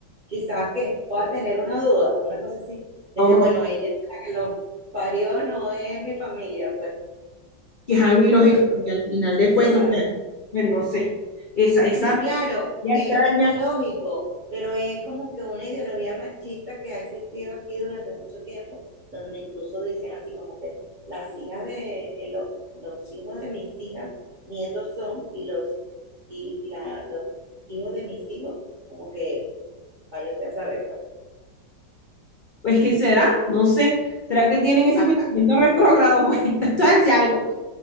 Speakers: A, on the right; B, on the left.
A: quizás que pueda tener una duda, una cosa así,
B: no,
A: de que bueno, ella es la que lo parió, no es mi familia, pues,
B: que es algo ilógico,
A: será
B: porque
A: que,
B: al final de
A: o
B: cuentas,
A: sea,
B: o sea, bueno, no sé, esa, esa
A: Sí,
B: mentalidad
A: claro, eh,
B: extraña
A: es ilógico, pero es como que una ideología machista que ha existido aquí durante mucho tiempo, donde incluso dicen así como que las hijas de eh, los, los hijos de mis hijas, nietos son, y los y la, los hijos de mis hijos, como que parece a saber, pues.
B: Es que será, no sé. ¿Será que tienen ese
A: Ah,
B: pensamiento
A: ah,
B: retrógrado? <laughs> Pues esto decía <laughs> algo.